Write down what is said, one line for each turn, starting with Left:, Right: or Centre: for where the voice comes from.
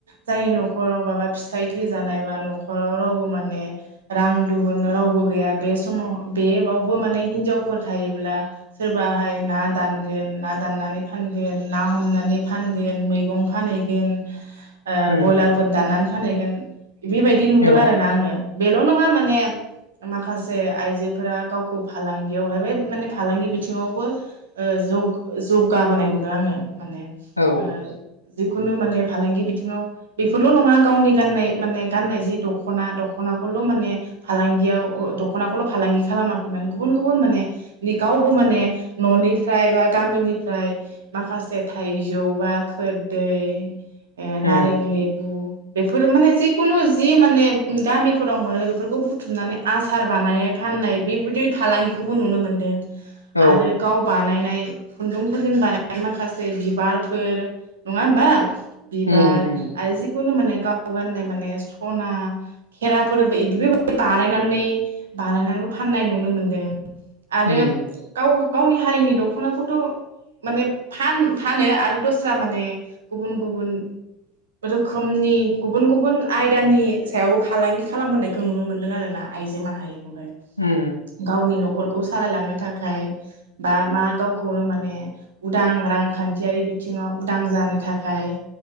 Right: जाय न'खराव माबा फिथाइ थैजानाय बा न'खराव रावबो माने रां दुहुन रावबो गैया बे समाव बेवाबो माने हिनजावफोर थायोब्ला सोरबाहाय ना दानगोन, ना दाननानै फानगोन ना हमनानै फानगोन मैगं फानहैगोन, ओ
Left: उम
Right: ब्रयलारफोर दान्नानै फानैगोन बेबायदि नुदों
Left: औ
Right: आरो ना आङो, बेल' नङा माने माखासे आइजोफोरा गावखौ फालांगियावहाय माने फालांगि बिथिङावबो ओ जौ जौगाबोनाय नुदों आङो माने
Left: औ
Right: ओ जिखुनु माने फालांगि बिथिङाव बेफोरल' नङा गावनि गाननाय माने गाननाय जि दख'ना दख'नाखौल माने फालांगियाव दख'नाखौल फालांगि खालामाखैमोन गुबुन गुबुन माने गावबो माने न'निफ्राय बा गामिनिफ्राय माखासे थाइजौ बा खोरदै, ओ
Left: उम
Right: नारें लेबु बेफोर माने जिखुनु जि माने गामिफोराव मोनो बेफोरखौ बुथुमनानै आसार बानाय फाननाय बेबायदि फालांगिखौबो नुनो मोनदों,
Left: औ
Right: आरो गाव बानायनाय खुन्दुंफोरजों बानायनाय माखासे बिबारफोर नङा होनबा बिबार
Left: उम उम
Right: आरो जि जेखुनु माने गाव गाननाय माने सना, खेराफोर बेफोरबायदि बानायनानै बानायनानैबो फाननाय नुनो मोन्दों। आरो
Left: उम
Right: गाव गावनि हारिनि दख'नाफोरखौ थ' माने फान-फानो आरो दस्रा माने गुबुन गुबुन रोखोमनि गुबुन गुबुन आयदानि सायाव फालांगि खालामबोनायखौ नुनो मोन्दों आरो ना आइजो माहारि खौहाय
Left: उम
Right: गावनि न'खर न'खरखौ सालायलांनो थाखाय बा मा गावखौ नो माने उदां रांखान्थियारि बिथिङाव उदां जानो थाखाय